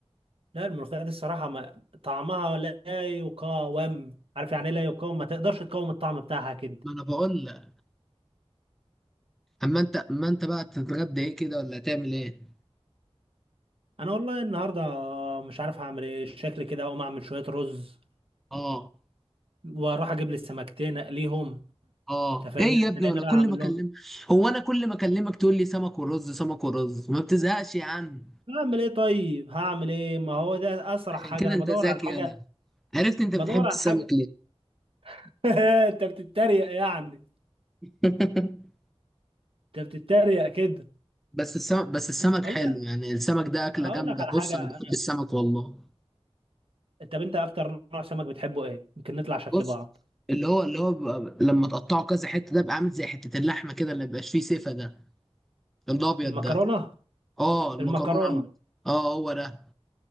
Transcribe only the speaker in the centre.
ما أنا بقول لك أما أنت أما أنت بقى تتغدى إيه كده ولا هتعمل إيه؟
آه
آه
إيه يا ابني
وأنا
كل
ما أكلمك
هو أنا كل ما أكلمك تقول لي سمك ورز سمك ورز ما بتزهقش يا عم
عشان
كده
أنت
ذكي
يالا عرفت أنت
بتحب
السمك
ليه؟ <laughs>
بس السمك بس السمك
حلو يعني السمك ده أكلة
جامدة
بص
أنا بحب السمك والله
بص
اللي هو اللي هو بيبقى لما تقطعه كذا حتة ده بيبقى عامل زي حتة اللحمة كده اللي مبيبقاش فيه سيفة ده الأبيض
ده اه المكرونة
ال- اه هو ده